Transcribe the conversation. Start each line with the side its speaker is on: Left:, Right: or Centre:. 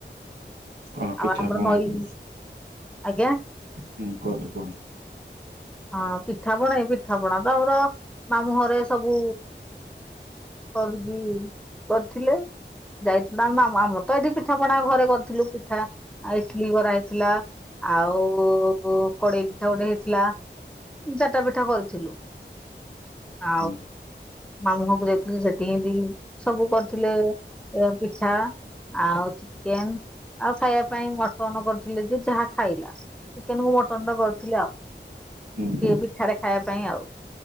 Right: କଣ ପିଠା
Centre: ଆଉ ଆମର
Right: ପଣା
Centre: ନଈ
Right: ହୁଁ
Centre: ଆଜ୍ଞା
Right: ହୁଁ କୁହନ୍ତୁ କୁହନ୍ତୁ।
Centre: ହଁ ପିଠାପଣା କି ପିଠାପଣା ତ ଆମର ମାମୁଁହଁରେ ସବୁ କର କି କରିଥିଲେ ଯାଇ ବା ଆମ ଆମର ତ ଏଠି ପିଠାପଣା ଘରେ କରିଥିଲୁ ପିଠା ଇଟିଲିି କରା ହେଇଥିଲା। ଆଉ ଉ କୁ କଡେଇ ପିଠା ଗୋଟେ ହେଇଥିଲା। ଚାଟା ପିଠା କରିଥିଲୁ ଆଉ
Right: ହୁଁ
Centre: ମାମୁହଁକୁ ଯାଇଥିଲି ସେଠି ହିଁତି ସବୁ କରିଥିଲେ। ପି ଠା ଆଉ ଚିକେନ। ଆଉ ଖାଇବା ପାଇଁ ମଟନ କରିଥିଲେ ଯେ ଯାହା ଖାଇଲା। ଚିକେନ କୁ ମଟନ ଟା କରୁଥିଲେ ଆଉ ସିଏ
Right: ହୁଁ
Centre: ପିଠାରେ ଖାଇବା ପାଇଁ ଆଉ